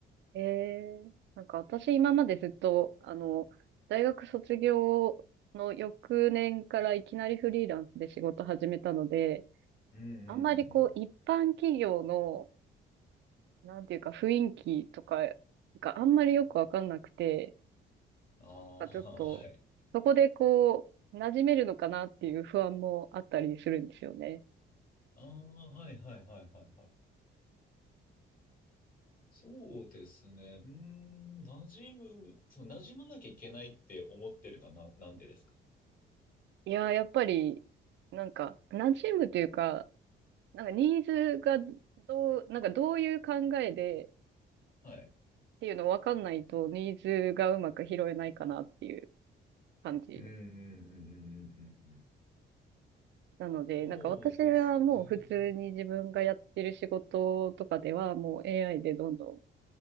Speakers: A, on the right; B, on the left.
A: ー、えー、なんか私今までずっと、あの、大学卒業の翌年からいきなりフリーランスで仕事始めたので、
B: うんうんうんうん。
A: あんまりこう、一般企業の、なんていうか雰囲気とかがあんまりよくわかんなくて、
B: ああ、
A: なんかちょっと、
B: はい。
A: そこでこう、馴染めるのかなっていう不安もあったりするんですよね。
B: ああ、はいはいはいはいはい。そうですね。うーん、馴染む、その馴染まなきゃいけないって思ってるのはな、なんでですか
A: いやー、やっぱり、なんか、馴染むというか、なんかニーズがどう、なんかどういう考えでっ
B: はい。
A: ていうの分かんないと、ニーズがうまく拾えないかなっていう感じ
B: うんうんうんうんうんうんうん。
A: なので、
B: そうですね。
A: なんか私はもう普通に自分がやってる仕事とかでは、もう AI でどんどん、